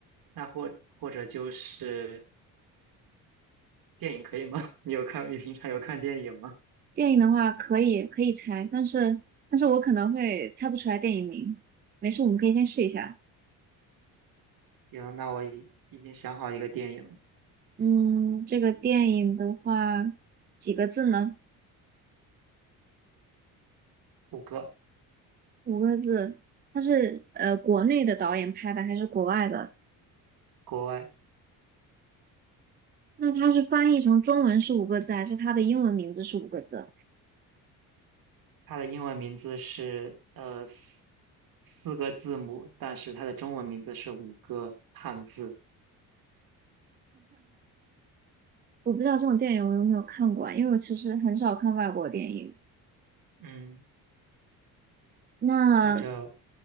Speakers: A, on the right; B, on the right.
A: 那或或者就是电影可以吗？<laughs> 你有看，你平常有看电影吗？
B: 电影的话可以可以猜，但是但是我可能会猜不出来电影名。没事，我们可以先试一下。
A: 行，那我已已经想好一个电影了，
B: 嗯，这个电影的话几个字呢？
A: 五个，
B: 五个字。它是呃国内的导演拍的还是国外的？
A: 国外，
B: 那它是翻译成中文是五个字，还是它的英文名字是五个字？
A: 它的英文名字是呃四四个字母，但是它的中文名字是五个汉字。
B: 我不知道这种电影我有没有看过啊，因为我其实很少看外国电影。
A: 嗯，
B: 那
A: 或者